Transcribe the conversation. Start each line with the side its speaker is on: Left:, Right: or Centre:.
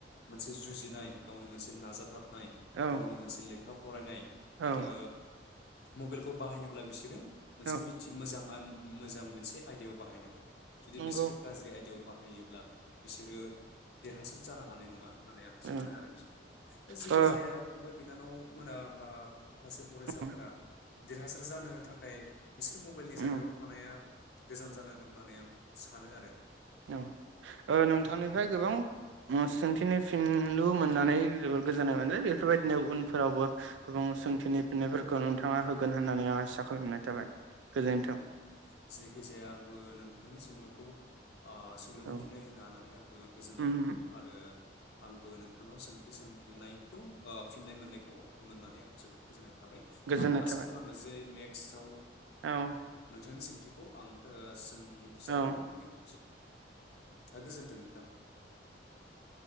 Left: मोनसे जुजिनाय गावनि मोनसे नाजाथाब
Right: औ
Left: गावनि मोनसे लेख खा फरायनाय
Right: औ
Left: आरो मबाइलखौ बाहायनोब्ला बिसोरो मोनसे
Right: औ
Left: मिथि मोजां मा मोजां मोनसे आयदायाव बाहायनांगोन जुदि
Right: नंगौ
Left: बिसोरो गाज्रि आयदायाव बाहायोब्ला बिसोरो देरहासार जानो हानाय नंङा होननानै आं सानो
Right: ओ
Left: आरो बिसोर दा जेखि
Right: ओ
Left: जाया फंबाय बिनानाव मोनाबा सासे फरायसाफोरा
Right: उम
Left: देरहासार जानो थाखाय बिसोर मबाइलनि जानगाराव
Right: उम
Left: थानाया गोजान जानांगोन होननानै आं सानो आरो
Right: ओ ओ नोंथांनिफ्राय गोबां ओम सोंथिनि फिनलु मोननानै जोबोद गोजोननाय मोनदों बेफोरबायदिनो उनफोरावबो गोबां सोंथिनि फिननायफोरखौ नोंथांङा होगोन होननानै आं आसा खालामनाय थाबाय गोजोन्थों
Left: औ औ जायखिजाया आंबो नोंथांनि सोंलुखौ ओ सोंलुनि
Right: औ
Left: फिननाय होनो हानानै आंबो गोजोननाय
Right: उम
Left: मोनबाय आरो आंबो नोंथांनाव सों बिसों लाइक थ फिननाय मोननायखौ मोननानै आं जोबोद गोजोननाय जाबाय
Right: गोजोननाय
Left: आं आसा
Right: थाबाय
Left: खालामो जे नेक्स्टाव
Right: औ
Left: नोंथांनि सोंथिखौ आं ओ सों जानो
Right: औ
Left: मोनफैनगोन खेबसे दा गोजोन्थों नोंथां <inaudible>